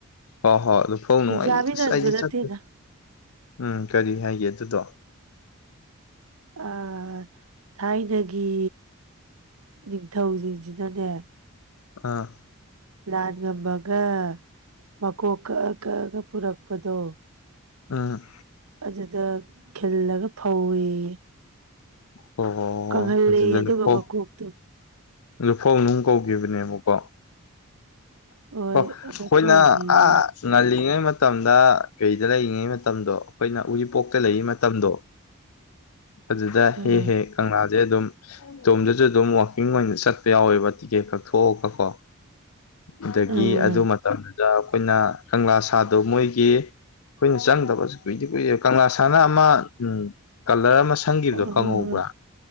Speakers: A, on the left; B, on the right.
A: ꯍꯣꯏ ꯍꯣꯏ ꯑꯗꯨ ꯐꯧ ꯅꯨꯡ
B: ꯑꯦꯛꯖꯥꯝꯒꯤ
A: ꯑꯁ
B: ꯅꯟꯕ
A: ꯑꯩꯗꯤ
B: ꯅꯠꯇꯦꯗ
A: ꯆꯀꯦ ꯎꯝ ꯀꯔꯤ ꯍꯥꯏꯒꯦ ꯑꯗꯨꯗꯣ
B: ꯑ ꯊꯥꯏꯅꯒꯤ ꯅꯤꯡꯊꯧꯁꯤꯡꯁꯤꯅꯅꯦ
A: ꯑꯥ
B: ꯂꯥꯟ ꯉꯝꯃꯒ ꯃꯀꯣꯛ ꯀꯛꯑ ꯀꯛꯑꯒ ꯄꯨꯔꯛꯄꯗꯣ
A: ꯎꯝ
B: ꯑꯗꯨꯗ ꯈꯤꯜꯂꯒ ꯐꯧꯏꯤ
A: ꯍꯣꯏ ꯍꯣꯏ ꯍꯣꯏ
B: ꯀꯪꯍꯜꯂꯤ
A: ꯑꯗꯨꯗ
B: ꯑꯗꯨꯒ
A: ꯂꯨꯐꯧ
B: ꯃꯀꯣꯛꯇꯣ
A: ꯂꯨꯐꯧ ꯅꯨꯡ ꯀꯧꯈꯤꯕꯅꯦꯕꯀꯣ
B: ꯍꯣꯏ
A: ꯑꯣ ꯑꯩꯈꯣꯏꯅ
B: ꯑꯗ ꯀꯧꯒꯦꯌꯦ
A: ꯑꯥ ꯉꯜꯂꯤꯉꯩ ꯃꯇꯝꯗ ꯀꯩꯗ ꯂꯩꯔꯤꯉꯩ ꯃꯇꯝꯗꯣ ꯑꯩꯈꯣꯏꯅ ꯎꯔꯤꯄꯣꯛꯇ ꯂꯩꯔꯤ ꯃꯇꯝꯗꯣ ꯑꯗꯨꯗ
B: ꯑꯥ
A: ꯍꯦꯛ ꯍꯦꯛ ꯀꯪꯂꯥꯗꯩꯩ ꯑꯗꯨꯝ ꯏꯇꯣꯝꯗꯁꯨ ꯑꯗꯨꯝ ꯋꯥꯋꯥꯛꯀꯤꯡ ꯑꯣꯏꯅ ꯆꯠꯄ ꯌꯥꯎꯋꯦꯕ ꯇꯤꯛꯀꯦꯠ ꯀꯛꯊꯑꯒ ꯀꯣ ꯑꯗꯒꯤ
B: ꯑꯥ
A: ꯑꯗꯨ ꯃꯇꯝꯗꯨꯗ ꯑꯩꯈꯣꯏꯅ ꯀꯪꯂꯥ ꯁꯥꯗꯣ ꯃꯣꯏꯒꯤ ꯑꯩꯈꯣꯏꯅ ꯆꯪꯗꯕꯁꯨ ꯀꯨꯏꯗꯤ ꯀꯨꯏꯔꯦ ꯀꯪꯂꯥ ꯁꯥꯟꯅ ꯑꯃ ꯀꯂꯔ ꯑꯃ ꯁꯪꯈꯤꯕꯗꯣ
B: ꯍꯣꯏ
A: ꯈꯪꯍꯧꯕ꯭ꯔꯥ
B: ꯍꯣꯏ ꯍꯣꯏ